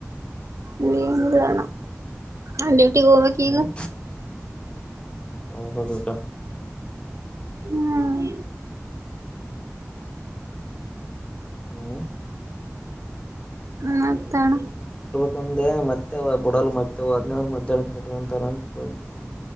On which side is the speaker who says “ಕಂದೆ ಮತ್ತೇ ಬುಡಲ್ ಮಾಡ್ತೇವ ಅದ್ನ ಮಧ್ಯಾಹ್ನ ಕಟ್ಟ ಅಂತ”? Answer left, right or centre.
Left